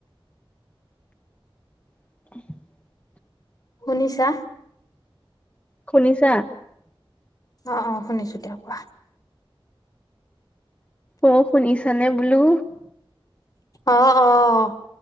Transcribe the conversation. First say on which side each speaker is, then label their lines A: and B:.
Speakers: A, on the left; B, on the left.
A: <inaudible>
B: শুনিছা?
A: শুনিছা?
B: অ' অ' শুনিছো, এতিয়া কোৱা।
A: অ' শুনিছানে বোলো?
B: অ' অ'।